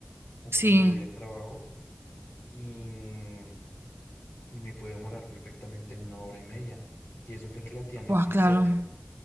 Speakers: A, on the left (about 75°); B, on the right (about 75°).
A: o
B: sí,
A: cuando voy al trabajo y, mm, y me puede demorar perfectamente una hora y media. Y eso que es relativamente
B: buah, claro.
A: cerca.